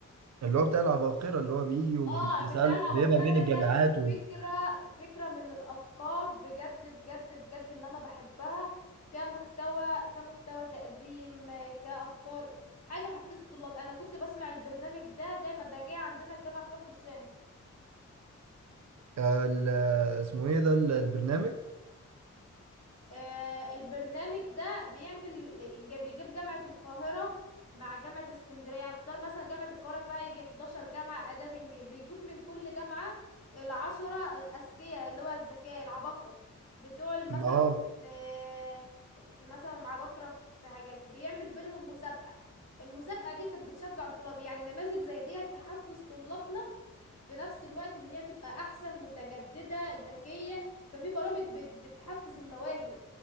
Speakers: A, on the right; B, on the left.
A: اللي هو بتاع العباقرة اللي هو بيجي وبيسأله
B: اه بتاع العباقرة
A: بيبقى بين
B: ده
A: الجامعات
B: كانت
A: وال
B: فكرة فكرة من الافكار بجد بجد بجد اللي انا بحبها كمحتوى كمحتوى تقديم آه، كافكار حاجة حفزت الطلاب انا كنت بسمع البرنامج ده دايما ده جاي عندنا الجامعة في كفر الشام
A: آه، ال- آه، اسمه إيه ده ال- البرنامج؟
B: آه، البرنامج ده بيعمل ج- بيجيب جامعة القاهرة مع جامعة اسكندرية يعني اختار مثلا جامعة القاهرة فيها يجي 11 جامعة آداب إنجليزي بيجيب من كل جامعة العشرة الأذكياء اللي هو الذكاء العباقرة بتوع ال- مثلا
A: آه
B: ال- في مثلا عباقرة في حاجات بيعمل بينهم مسابقة المسابقة دي كانت بتشجع الطلاب يعني نماذج زي ديت تحفز طلابنا في نفس الوقت ان هي تبقى احسن متجددة ذكية ففي برامج بت- بتحفز المواهب